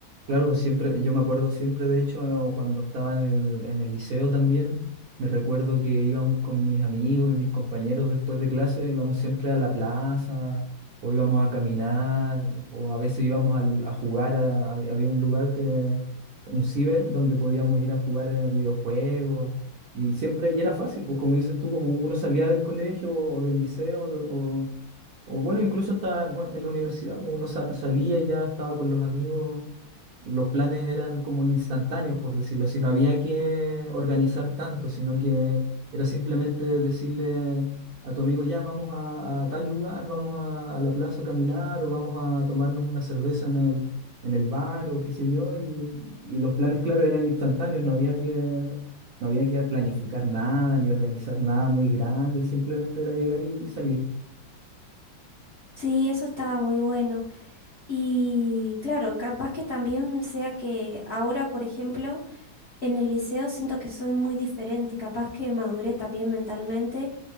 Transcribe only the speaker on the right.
Claro, siempre, yo me acuerdo siempre, de hecho, cuando estaba en el, en el liceo también, me recuerdo que íbamos con mis amigos y mis compañeros después de clase, íbamos siempre a la plaza, o íbamos a caminar, o a veces íbamos al- a jugar, a- a- había un lugar que, un ciber, donde podíamos ir a jugar eh, videojuegos, y siempre, y era fácil, pues como dices tú, como uno salía del colegio o del liceo, o, o- o bueno, incluso hasta, bueno, en la universidad, pues, uno sa- salía y ya estaba con los amigos los planes eran como instantáneos, por decirlo así, no había que organizar tanto, sino que era simplemente decirle a tu amigo, ya, vamos a, a tal lugar, vamos a, a la plaza a caminar o vamos a tomarnos una cerveza en el, en el bar o qué sé yo, y, y los planes, claro, eran instantáneos, no había que, no había que planificar nada ni organizar nada muy grande, simplemente era llegar y salir.